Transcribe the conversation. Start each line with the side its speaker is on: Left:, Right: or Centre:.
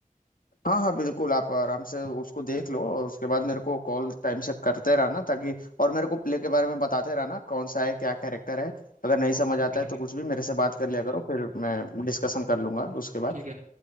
Left: हाँ हाँ बिल्कुल आप आराम से उसको देख लो और उसके बाद मेरे को कॉल टाइम से करते रहना ताकि और मेरे को प्ले के बारे में बताते रहना कौन सा है क्या कैरेक्टर है अगर नहीं समझ
Right: ठीक
Left: आता
Right: है ठीक
Left: है तो
Right: है
Left: कुछ भी मेरे से बात कर लिया करो फिर मैं डिस्कशन कर लूंगा उसके बाद
Right: ठीक है